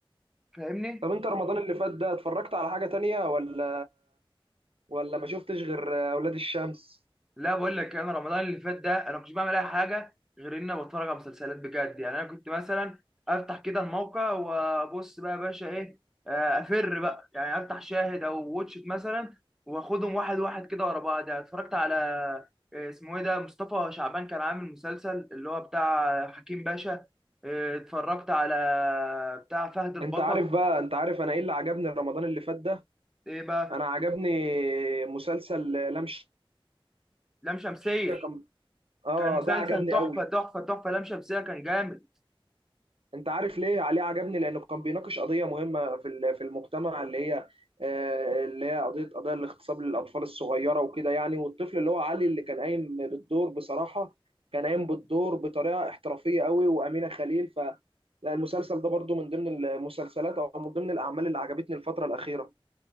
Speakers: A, in the centre; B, on the right.
A: فاهمني
B: طب انت رمضان اللي فات ده اتفرجت على حاجه تانية ولا ولا ما شفتش غير اولاد الشمس
A: لا بقول لك انا رمضان اللي فات ده انا ما كنتش بعمل اي حاجه غير ان أنا بتفرج على مسلسلات بجد يعني انا كنت مثلا افتح كده الموقع وابص بقى يا باشا ايه آه، افر بقى يعني افتح شاهد او واتش إت مثلا واخدهم واحد واحد كده ورا بعض يعني اتفرجت على آه، اسمه ايه ده مصطفى شعبان كان عامل مسلسل اللي هو بتاع حكيم باشا آه، اتفرجت على بتاع فهد البطل
B: انت عارف بقى انت عارف انا ايه اللي عجبني رمضان اللي فات ده
A: ايه بقى
B: انا عجبني مسلسل لام شمسية
A: لام شمسية
B: كان اه
A: كان مسلسل
B: ده عجبني
A: تحفة
B: قوي
A: تحفة تحفة لام شمسية كان جامد
B: انت عارف ليه عليه عجبني لانه كان بيناقش قضيه مهمه في ال- في المجتمع اللي هي آه، اللي هي قضيه قضايا الاغتصاب للاطفال الصغيره وكده يعني والطفل اللي هو علي اللي كان قايم بالدور بصراحه كان قايم بالدور بطريقه احترافيه قوي وامينه خليل ف لا، المسلسل ده برضو من ضمن المسلسلات او من ضمن الاعمال اللي عجبتني الفتره الاخيره